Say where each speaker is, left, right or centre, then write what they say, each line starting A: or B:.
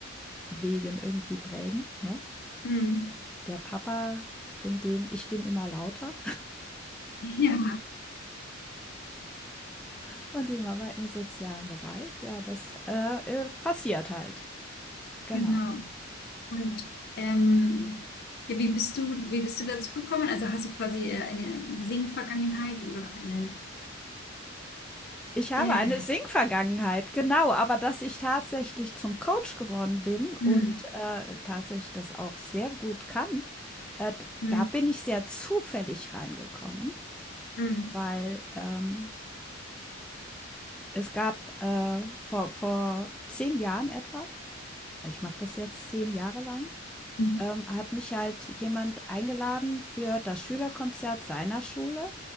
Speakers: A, in the centre; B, on the left (about 55°).
A: Wegen irgendwie prägen, ne?
B: Mhm.
A: Der Papa in dem ich bin immer lauter
B: <laughs> Ja,
A: <laughs> und die Mama im sozialen Bereich. Ja, das äh, äh, passiert halt. Genau.
B: genau. Und ähm, ja, wie bist du, wie bist du dazu gekommen? Also hast du quasi äh, eine, eine Sing-Vergangenheit oder eine
A: Ich habe
B: äh,
A: eine Sing-Vergangenheit, genau, aber dass ich tatsächlich zum Coach geworden bin
B: mhm.
A: und, äh, tatsächlich das auch sehr gut kann, äh, d
B: Mhm.
A: da bin ich sehr zufällig reingekommen,
B: Mhm.
A: weil, ähm, es gab, äh, vor vor 10 Jahren etwa ich mache das jetzt 10 Jahre lang,
B: Mhm.
A: ähm, hat mich halt jemand eingeladen für das Schülerkonzert seiner Schule.